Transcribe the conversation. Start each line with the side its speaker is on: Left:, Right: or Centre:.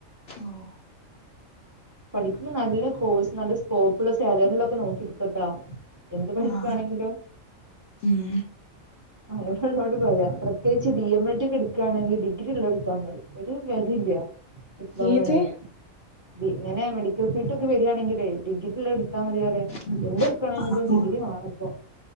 Left: ഓഹ്
Right: പഠിക്കുമ്പോൾ നല്ല കോഴ്സ്, നല്ല സ്കോപ്പുള്ള സാലറി ഉള്ളത് നോക്കിയെടുത്തുട്ടാ. എന്ത് പഠിക്ക
Left: ആഹ്
Right: ആണെങ്കിലും
Left: ഉം
Right: അനു എ നോട്ഹോട് പറയാം പ്രത്യേകിച്ച് ഡി എം എഡ എടുക്കുകയാണെങ്കിൽ ഡിഗ്രി ഉള്ള എടുത്താൽ മതി ഒരു വിലയില്ല ഡിപ്ലോമ
Left: ഏത്
Right: വേണമെങ്കി, ഇങ്ങനെ മെഡിക്കൽ ഫീൽഡ് ഒക്കെ വരികയാണെങ്കിലെ ഡിഗ്രി ഉള്ളത് എടുത്തോ ത്താമതി അറിയ
Left: ആഹ്
Right: എന്ത് എടുക്കണെങ്കിലും ഡിഗ്രി
Left: ആഹ്
Right: വാണം ഇപ്പോ